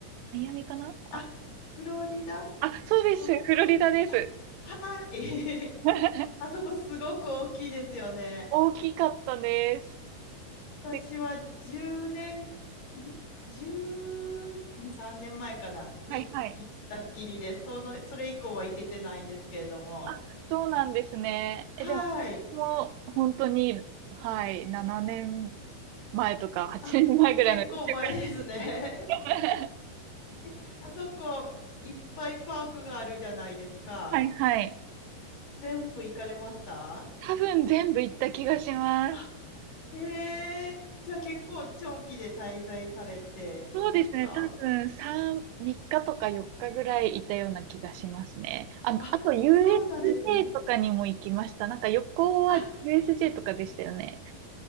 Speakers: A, on the right; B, on the left.
A: マイアミかなあ、
B: あ、フロリダ
A: あ、そうです。
B: の、
A: フロリダです。
B: あ、はい。
A: <laughs>
B: <laughs> あそこすごく大きいですよね。
A: 大きかったです。
B: 私は10年、
A: で
B: ん ?12、3年前かなに行ったっきりで、
A: はいはい。
B: その、それ以降は行けてないんですけれども。
A: あ、そうなんですね。
B: はい。
A: え、でも、もう本当に、はい、7年前とか8年前ぐらいの離職く
B: あ、結構前ですね。
A: らい
B: <laughs> あそこ、いっぱいパークがあるじゃないですか。
A: <laughs> はいはい。
B: 全部行かれました
A: 多分全部行った気がします。
B: あ、へえ。じゃあ結構長期で滞在されてですか
A: そうですね。多分3、3日とか4日ぐらいいたような気がしますね。あ、
B: あ、
A: あと USJ
B: そうなんですね。
A: とかにも行きました。なんか横は
B: あ、
A: USJ とかでしたよね。